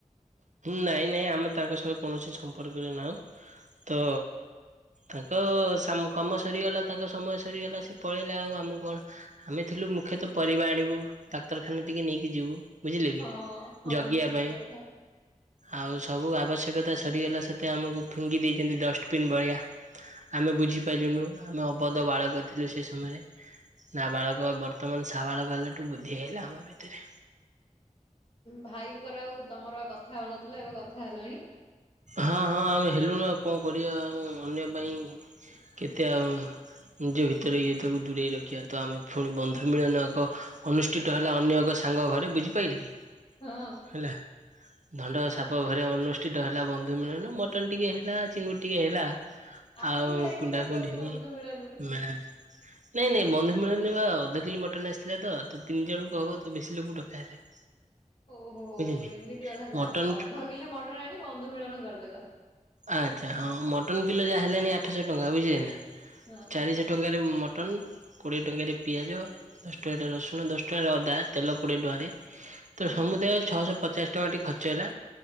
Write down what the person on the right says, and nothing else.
ନାଇଁ ନାଇଁ ଆମେ ତାଙ୍କ ସହ କୌଣସି ସମ୍ପର୍କରେ ନାହୁଁ ତ। ତାଙ୍କ ସାମ କାମ ସରିଗଲା ତାଙ୍କ ସମୟ ସରିଗଲା ସେ ପଳେଇଲା ଆଉ ଆମକୁ କଣ ଆମେ ଥିଲୁ। ମୁଖ୍ୟତଃ ପରିବା ଆଣିବୁ ଡାକ୍ତରଖାନା ଟିକେ ନେଇକି ଯିବୁ ବୁଝିଲେ
କି
ଜଗିବା
ପାଇଁ।
ଆଉ ସବୁ ଆବଶ୍ୟକତା ସରିଗଲା ସେ। ମୋତେ ଆମକୁ ଫିଙ୍ଗି ଦେଇଛନ୍ତି ଡଷ୍ଟବିନ୍ ଭଳିଆ। ଆମେ ବୁଝିପାଇଲୁନୁ ଆମେ ଅବଧ ବାଳକ ଥିଲୁ ସେଇ ସମୟରେ। ନାବାଳକ ବର୍ତ୍ତମାନ ସା ବାଳକ ହେଲାଠୁ ବୁଦ୍ଧି ହେଇଲା ଆମ ଭିତରେ।
ହଁ ହଁ ଆମେ ହେଲୁଣି ଆଉ କଣ କରିବା ଅନ୍ୟ ପାଇଁ କେତେ ଆଉ। ନିଜ ଭିତରେ ଇଏ ତାକୁ ଦୂରେଇ ରଖିବା ତ ଆମେ ପୁଣି ବନ୍ଧୁ ମିଳନ ଏକ ଅନୁଷ୍ଠିତ ହେଲା ଅନ୍ୟ ଏକ। ସାଙ୍ଗ ଘରେ ବୁଝିପାଇଲେ କି
ହେଲା ଧଣ୍ଡ ସାପ ଘରେ ଅନୁଷ୍ଠିତ ହେଲା। ହେଲା ବନ୍ଧୁ ମିଳନ ମଟନ ଟିକେ ହେଲା, ଚିଙ୍ଗୁଡି ଟିକେ ହେଲା।
ଆଉ
କୁଣ୍ଢା କୁଣ୍ଡି
ହେଇ
ମା। ନାଇଁ ନାଇଁ ବନ୍ଧୁ ମିଳନ ବା ଅଧକିଲେ ମଟନ ଆସିଥିଲା ତ ତ ତିନି ଜଣଙ୍କୁ ହବ ତ ବେଶୀ ଲୋକ ଡକା ହେଲାନି।
ବୁଝିଲେ
ମଟନ
ଆଚ୍ଛା ହଁ ମଟନ୍ କିଲୋ ଯାହା ହେଲାଣି ଆଠଶହ ଟଙ୍କା ବୁଝିଲେ ନା
ଚାରିଶହ ଟଙ୍କାରେ ମ ମଟନ୍ କୋଡ଼ିଏ ଟଙ୍କାରେ ପିଆଜ ଦଶ ଟଙ୍କାରେ ରସୁଣ ଦଶ ଟଙ୍କାରେ ଅଦା ତେଲ କୋଡ଼ିଏ ଟଙ୍କାରେ ତୋ
ସମୁଦାୟ ଛଅଶହ ପଚାଶ ଟଙ୍କା ଟି ଖର୍ଚ୍ଚ ହେଲା।